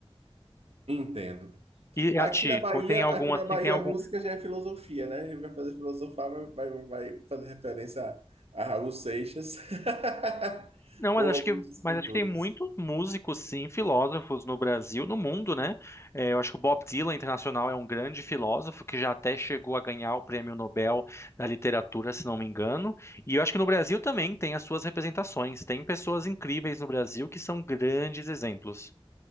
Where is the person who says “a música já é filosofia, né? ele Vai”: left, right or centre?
Right